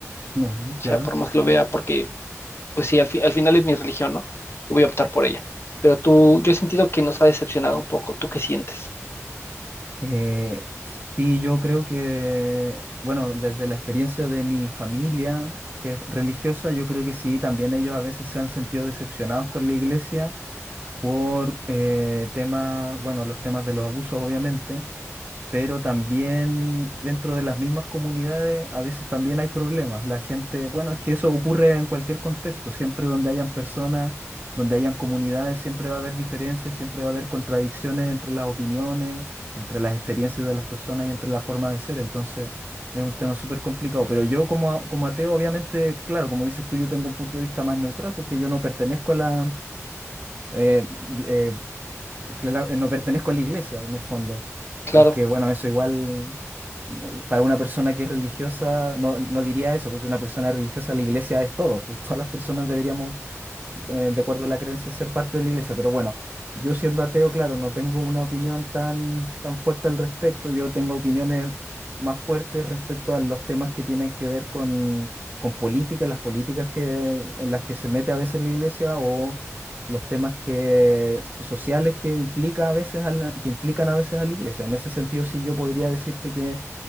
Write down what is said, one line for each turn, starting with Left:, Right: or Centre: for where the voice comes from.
Right: Ujú,
Left: O sea,
Right: claro.
Left: por más que lo vea, porque, pues sí, al fi- al final es mi religión, ¿no? Y voy a optar por ella. Pero tú, yo he sentido que nos ha decepcionado un poco. ¿Tú qué sientes?
Right: Eh, sí, yo creo que, bueno, desde la experiencia de mi familia, que es religiosa, yo creo que sí, también ellos a veces se han sentido decepcionados con la iglesia por eh, temas, bueno, los temas de los abusos, obviamente pero también dentro de las mismas comunidades a veces también hay problemas. La gente, bueno, es que eso ocurre en cualquier contexto, siempre donde hayan personas, donde hayan comunidades, siempre va a haber diferencias, siempre va a haber contradicciones entre las opiniones, entre las experiencias de las personas y entre la forma de ser. Entonces, es un tema súper complicado. Pero yo como, a- como ateo, obviamente, claro, como dices tú, yo tengo un punto de vista más neutral porque yo no pertenezco a la... eh, di- eh, clara- no pertenezco a la iglesia en el fondo.
Left: Claro.
Right: Aunque bueno, eso igual eh, para una persona que es religiosa no, no diría eso, porque una persona religiosa la iglesia es todo. <laughs> fu- Todas las personas deberíamos eh, de acuerdo a la creencia, ser parte de la iglesia. Pero bueno, yo siendo ateo, claro, no tengo una opinión tan, tan fuerte al respecto. Yo tengo opiniones más fuertes respecto a los temas que tienen que ver con, con política, las políticas que, en las que se mete a veces la iglesia o los temas que, que sociales que implica a veces a la- que implican a veces a la iglesia. En ese sentido, sí, yo podría decirte que